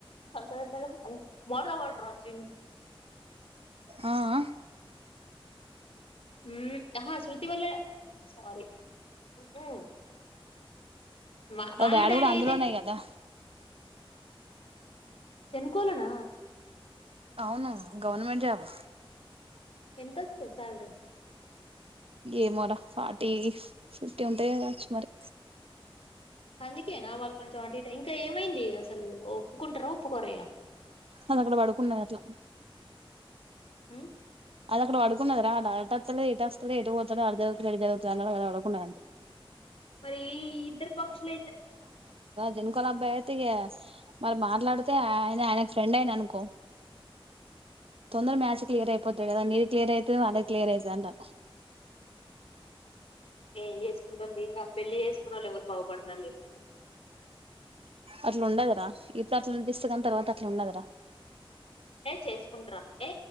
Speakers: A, on the left; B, on the right.
A: సం తెలియట్లేదా అం మోడదా వాటర్ వచ్చిం
B: ఆ ఆ
A: మ్మ్ ఆహా శృతి వాళ్ళ సారీ ఉఉమ్మ్ వ వాళ్ళ
B: డాడీ
A: డాడి
B: కూడా అందులోనే
A: అయితే
B: కదా
A: కొలన
B: అవును గవర్నమెంట్ జాబు
A: ఎంత వస్తయ్ శాలరీ
B: ఏమోరా ఫార్టీ ఫిఫ్టీ ఉంటాయ గావచ్చు మరి
A: అందుకే నా వాళ్ళు కొంచెం అటు ఇటు ఇంకా ఏమైంది ఇగ అసలు ఒప్పుకుంట్రా ఒప్పుకోరిగా
B: అది అక్కడ పడుకున్నది అట్లా
A: హ్మ్
B: అది అక్కడ పడుకున్నాది రా అటత్తలే ఇటస్తలే ఎటు పోతడో ఆడ చదువుతున్న ఈడ చదువుతున్న అన్నాడు ఆడ పడుకున్నడు అంతే
A: మరీ ఈ ఇద్దరు పక్షులైతే
B: జనుకోలబ్బాయ్ అయితే ఇగ మరి మాట్లాడితే ఆయన ఆయనకి ఫ్రెండ్ ఆయేను అనుకో తొందర మ్యాచ్ క్లియరై పోతే కదా నీది క్లియర్ అయితది వాళ్లది క్లియర్ అయితది అంటానా
A: ఏం చేసుకుంటం తీయ్ రా పెళ్లి చేసుకునోళ్లు ఎవలు బాగుపడతాలేవ్వు
B: అట్లా ఉండదురా ఇప్పుడు అట్లా అనిపిస్తది కానీ తర్వాత అట్లా ఉండదురా
A: ఏ చేసుకుంట్రా ఏ